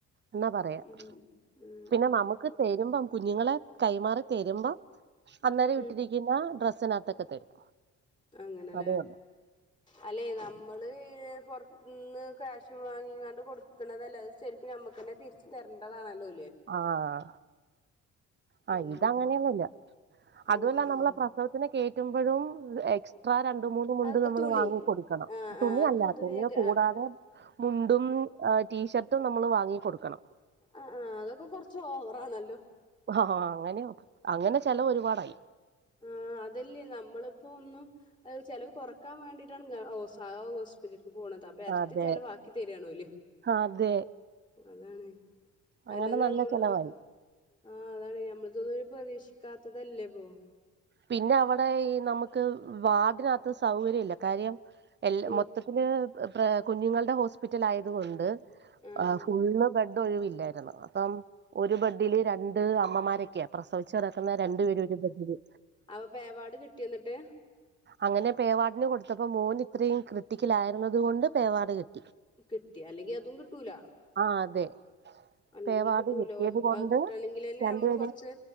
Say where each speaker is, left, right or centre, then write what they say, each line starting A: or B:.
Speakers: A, on the right (about 35°); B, on the left (about 15°).
A: എന്നാ പറയാ
B: ഉം ഉം
A: പിന്നെ
B: ആഹ്
A: നമുക്ക് തരുമ്പം. കുഞ്ഞുങ്ങളെ കൈമാറി. തരുമ്പോ അന്നേര വിട്ടിരിക്കുന്ന
B: ഉം
A: ഡ്ര സ്നകത്തൊക്കെ തരും.
B: അങ്ങനെല്ലേ
A: അതേ ഉള്ളൂ
B: അല്ലെ നമ്മള് പുറ ഇന്ന് ക്യാഷ് വാങ്ങിങ്ങാണ്ട് കൊടുക്കുന്നതല്ലോ അത് ശരിക്കും നമ്മുക്ക്ന്നെ തിരിച്ചു തരണ്ടതാണല്ലോ.
A: ആഹ്. ആ
B: അതാണ്
A: ഇത് അങ്ങനെയൊന്നുമില്ല അതുമല്ല
B: ആഹ് ആഹ്
A: നമ്മള പ്രസവത്തിനെ കയറ്റുമ്പോഴും എക്സ്ട്രാ രണ്ട മൂന്ന് മുണ്ട്
B: അത്
A: നമ്മൾ
B: തുണി
A: വാങ്ങിൊടുക്കണം
B: ആഹ്
A: തുണിയല്ല
B: ആഹ് അത് പൊതുവേ
A: തുണിയെ
B: ഗ
A: കൂടാതെ
B: ആഹ്
A: മുണ്ടും ആ. ടീഷർട്ടും നമ്മൾ വാങ്ങി കൊടുക്കണം.
B: ആഹ് ആഹ് അതൊക്കെ കൊറച്ച് ഓവറാണല്ലോ.
A: ആഹ് അങ്ങനെയ അങ്ങനെ ചെലവ് ഒരുപാടായി.
B: ആ അതല്ലിയൊ നമ്മളിപ്പോ ഒന്നും ചെലവ് കുറക്കാൻ വേണ്ടിട്ടാണ് ഗവൺ ഓ സാദാ ഹോസ്പിറ്റലി. പോണത് അപ്പൊ എരട്ടി
A: അതെ
B: ചെലവാക്കി തരുവാണ് ഓല്
A: അതെ
B: അതാണ്.
A: അങ്ങനെ
B: അല്ലാതെ
A: നല്ല
B: നമ്മള്.
A: ചെലവായി
B: ആഹ് അതാണ് ഞമ്മള് ഇതൊന്നും ഒരു പ്രതീക്ഷിക്കാത്തതല്ലേ ഇപ്പോ.
A: പിന്നെ അവിടെ ഈ നമുക്ക് വാർഡിനകത്ത് സൗകര്യം ഇല്ല കാര്യം. എല്ലാ
B: ഉം
A: മൊത്തത്തില്. പ്ര കുഞ്ഞുങ്ങളുടെ ഹോസ്പിറ്റലായതുകൊണ്ട്.
B: ആഹ്
A: ആ
B: ആഹ്
A: ഫുൾ ബെഡ് ഒഴിവില്ലായിരുന്നു അപ്പം ഒരു ബഡില് രണ്ട് അമ്മമാരൊക്കെയ പ്രസ് പ്രസവിച്ചു കിടക്കുന്ന രണ്ട് പേരും ഒരു ബഡില്.
B: അപോ പേവാഡ് കിട്ടിയൊ എന്നിട്ട്.
A: അങ്ങനെ പേ വാഡിനു കൊടുത്തപ്പോ മോന് ഇത്രയും ക്രിട്ടിക്കലാരുന്നത് കൊണ്ട് പേ വാട് കിട്ട്
B: കിട്ടി അല്ലെങ്കി അതും കിട്ടൂല.
A: ആ അതെ
B: അല്ലെങ്കി
A: പേവാർഡ്
B: കിട്ടൂലോ
A: കിട്ടിയത് കൊണ്ട്
B: അത് കിട്ടുകയാണെങ്കിലല്ലേ
A: രണ്ടുപേരെയും
B: നമ്മള് കുറച്ച്